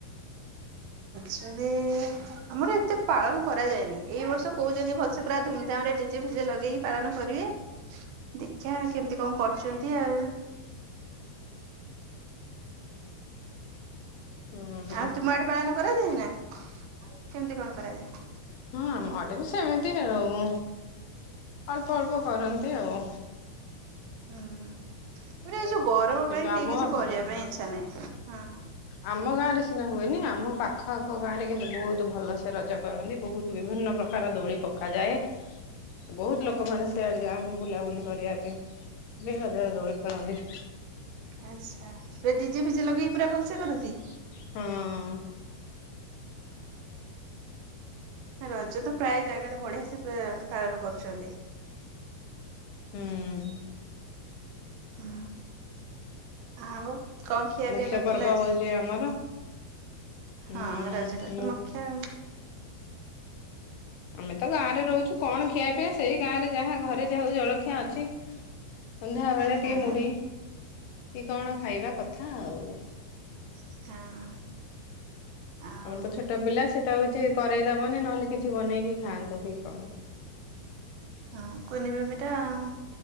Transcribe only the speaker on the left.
ହୁଁ ହୁଁ
ହଁ ଆମ ଆଡେ ବି ସେମିତି ଆଉ ଅଳ୍ପ ଅଳ୍ପ କରନ୍ତି ଆଉ।
କିନ୍ତୁ
ଆମ
ହଁ
ଆମ ଗାଁ ରେ ସିନା ହୁଏନି ଆମ ପାଖ। ଆଖ ଆଖ ଗାଁ ରେ କିନ୍ତୁ ବହୁତ ଭଲସେ ରଜ କରନ୍ତି ବହୁତ ବିଭିନ୍ନ ପ୍ରକାର ଦୋଳି ପକାଯାଏ। ବହୁତ
ଲୋକମାନେ ସେଆଡେ ଯାଆନ୍ତି ବୁଲାବୁଲି କରିବା ପାଇଁ ରଜରେ ଦୋଳି ଖେଳନ୍ତି।
ହଁ
ହୁଁ
ମୁଖ୍ୟ
ପର୍ବ
ହଉଛି ଆମର ଉଁ
ମୁଁ
ଆମେ ତ ଗାଁ ରେ ରହୁଛୁ କଣ ଖିଆ ପିଇଆ ସେଇ ଗାଁ ରେ ଯାହା ଘରେ ଯାହା ହଉ ଜଳଖିଆ ଅଛି। ସନ୍ଧ୍ୟା ବେଳେ
ଟିକେ ମୁଢି କି କଣ ଖାଇବା କଥା ଆଉ।
ଆମର ତ ଛୋଟ ପିଲା ସେଟଉ କିଛି କରରେଇ ଦବନି ନହେଲେ କିଛି ବନେଇକି ଖାଆନ୍ତୁ କି କଣ।